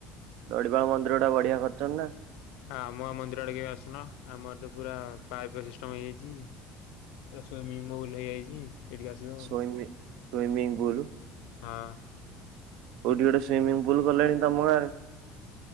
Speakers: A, on the right; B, on the left.
A: ଦଡିବାଳ ମନ୍ଦିର ଟା ବଢିଆ କରିଛନ୍ତି ନା।
B: ଆମ ଆ ମନ୍ଦିର ଆଡେ କେବେ ଆସୁନ ଆମର ତ ପୁରା ପାଇପ ସିଷ୍ଟମ ହେଇଯାଇଛି। ପ ବଲ ହେଇଯାଇଛି ସେଠିକି ଆସିବା ଆଉ
A: ସୁଇମି ସୁଇମିଂ ପୁଲ
B: ହଁ।
A: କଉଠି ଗୋଟେ ସୁଇମିଙ୍ଗ ପୁଲ ଗଲେଣି ତମ ଗାରେ।